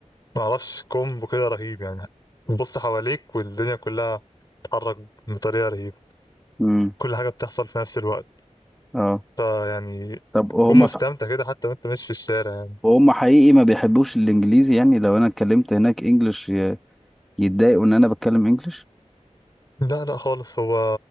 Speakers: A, on the left (about 30°); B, in the centre.
A: معرفش كومبو كده رهيب يعني بتبص حواليك والدنيا كلها بتتحرك بطريقة رهيبة
B: مم.
A: كل حاجة بتحصل في نفس الوقت
B: اه
A: فيعني
B: طب وهم
A: تكون مستمتع
B: ف...
A: كده حتى وانت ماشي في الشارع يعني
B: وهم حقيقي ما بيحبوش الانجليزي يعني لو انا اتكلمت هناك انجلش ي- يتضايقوا ان انا بتكلم انجلش
A: لا لا خالص هو